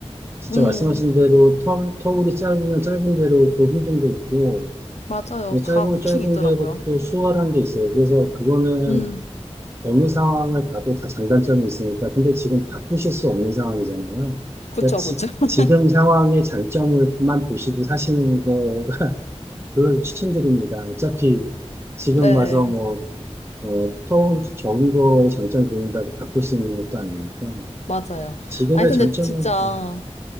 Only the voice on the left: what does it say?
음,
맞아요.
다 고충이
있더라고요.
음,
그쵸,
그쵸. <laughs>
네,
맞아요.
아니, 근데
진짜.